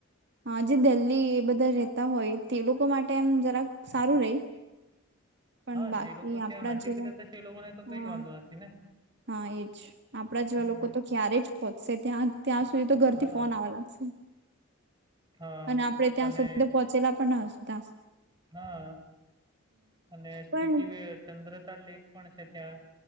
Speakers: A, on the right; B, on the right.
A: હ જે દિલ્લ્હી એ બધા રેતા હોય તે લોકો માટે એમ જરાક સારું રહી. પણ
B: હા
A: બાકી
B: જે લોકો ત્યાં
A: આપણા
B: નજીક
A: જેવા
B: રહેતા છે. એ લોકો ને તો કઈ
A: હા
B: જ વાંધો નથી ને!
A: હા એજ આપણા જેવા
B: હમ.
A: લોકો તો ક્યારે જ પહોંચશે ત્યાં ત્યાં સુધી તો ઘરથી
B: હા,
A: ફોન આવવા લાગશે
B: હા
A: અને આપડે
B: અને
A: ત્યાં સુધી તો પહોંચેલા પણ સુું ત
B: હા અને સ્ીતિ
A: પણ
B: ચંદ્ર લેક પણ છે ત્યાં